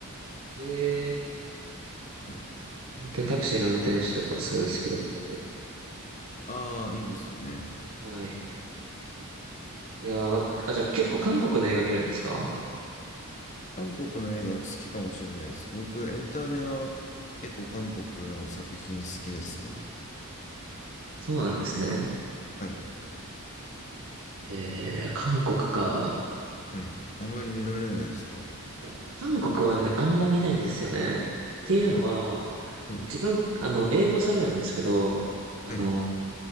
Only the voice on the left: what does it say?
はい。
ああ、いいですよね。
韓国の映画好きかもしれないです。僕、エンタメは結構韓国の作品好きですね。
はい。
はい。あまり見られないですか。
あ、はい。
はい。